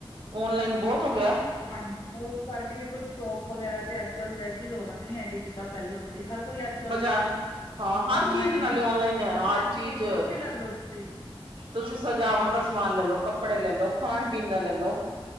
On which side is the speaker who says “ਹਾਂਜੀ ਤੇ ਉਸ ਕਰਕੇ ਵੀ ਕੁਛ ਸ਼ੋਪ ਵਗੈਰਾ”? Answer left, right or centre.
Left